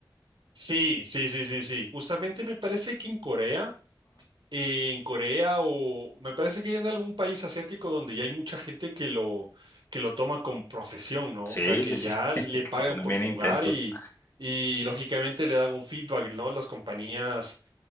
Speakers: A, on the right; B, on the left.
A: Sí, sí, sí, sí, sí. Justamente me parece que en Corea en Corea o me parece que es algún país asiático donde ya hay mucha gente que lo, que lo toma con profesión, ¿no?
B: Sí,
A: O sea, que
B: sí, sí,
A: ya
B: <laughs>
A: le
B: que
A: pagan
B: se ponen
A: por
B: bien
A: jugar
B: intensos.
A: y, y lógicamente le dan un feedback, ¿no? Las compañías,